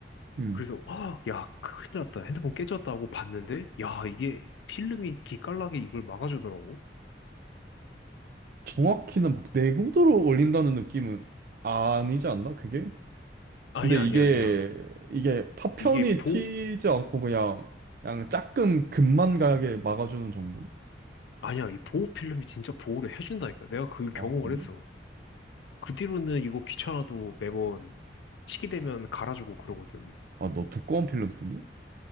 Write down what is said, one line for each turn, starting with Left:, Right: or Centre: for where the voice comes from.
Right: 음.
Left: 그래서 아, 야 큰일 났다. 핸드폰 깨졌다고 봤는데 야 이게 필름이 기깔나게 이걸 막아주더라고.
Right: 정확히는 막 내구도로 올린다는 느낌은 아니지 않나, 그게?
Left: 아니야
Right: 근데 이게
Left: 아니야 아니야.
Right: 이게 파편이
Left: 이게 보호
Right: 튀지 않고 그냥 그냥 조금 금만 가게 막아주는 정도?
Left: 아니야, 이 보호 필름이 진짜 보호를 해준다니까. 내가 그 경험을
Right: 아, 그래?
Left: 했어. 그 뒤로는 이거 귀찮아도 매번 시기 되면 갈아주고 그러거든.
Right: 아, 너 두꺼운 필름 쓰니?